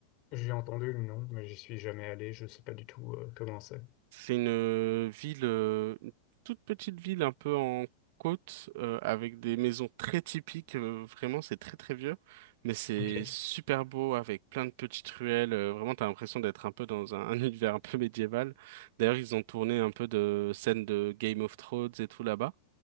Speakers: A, on the left; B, on the right.
A: J'ai entendu le nom, mais j'y suis jamais allé, je sais pas du tout euh, comment c'est.
B: C'est une euh, ville, euh, une toute petite ville, un peu en côte, euh, avec des maisons très typiques. euh, vraiment, c'est très très vieux, mais c'est
A: Ok.
B: super beau avec plein de petites ruelles. euh, vraiment, t'as l'impression d'être un peu dans un, <laughs> un univers un peu médiéval. D'ailleurs, ils ont tourné un peu de scènes de Game of Thrones et tout là-bas.